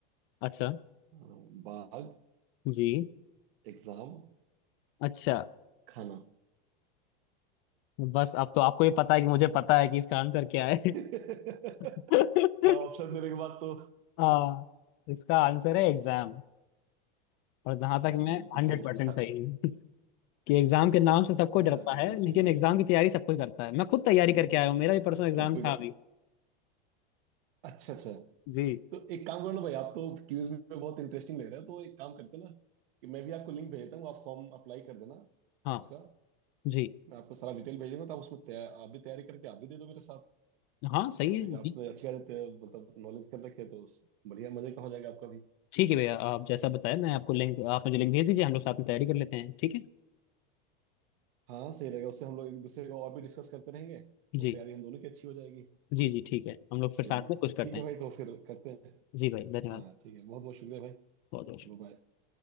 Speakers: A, on the left; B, on the right.
A: अच्छा
B: अ, बाघ
A: जी
B: एग्जाम
A: अच्छा
B: खाना
A: बस अब तो आपको ये पता है कि मुझे पता है कि इसका आंसर क्या है
B: <laughs> ऑप्शन
A: <laughs>
B: देने के बाद तो
A: हाँ इसका आंसर है एग्जाम और जहां तक
B: हाँ
A: मैं
B: बिल्कुल
A: हंड्रेड
B: सही
A: परसेंट
B: बात
A: सही हूँ कि एग्जाम के नाम से सबको
B: हाँ
A: डरता
B: बिल्कुल
A: है लेकिन
B: सही बात
A: एग्जाम की तैयारी सब कोई करता है मैं खुद तैयारी करके आया हूँ मेरा भी परसों एग्जाम
B: सब कोई कर
A: था अभी
B: अच्छा अच्छा
A: जी
B: तो एक काम करो ना भाई आप तो क्यूज में बहुत इंटरेस्टिंग लग रहा है तो एक काम करते हैं ना कि मैं भी आपको लिंक भेज देता हूँ आप फॉर्म अप्लाई कर देना
A: हाँ
B: उसका
A: जी
B: मैं आपको सारा डिटेल भेज दूंगा तो आप उसमें तैयार आप भी तैयारी करके आप भी दे दो मेरे साथ
A: हाँ सही है जी
B: एक आपने अच्छी आदत है मतलब नॉलेज कर रखी है तो उस- बढ़िया मजे का हो जाएगा आपका भी
A: ठीक है भैया आप जैसा बताया मैं आपको लिंक आप मुझे लिंक भेज दीजिए हम लोग साथ में तैयारी कर लेते हैं ठीक है
B: हाँ सही रहेगा उससे हम लोग एक दूसरे को और भी डिस्कस करते रहेंगे तो
A: जी
B: तैयारी हम दोनों की अच्छी हो जाएगी
A: जी जी ठीक है हम लोग फिर
B: चलिए
A: साथ में कुछ करते
B: ठीक है
A: हैं
B: भाई तो फिर करते हैं
A: जी भाई धन्यवाद
B: हाँ ठीक है बहुत बहुत शुक्रिया भाई
A: बहुत बहुत
B: बाय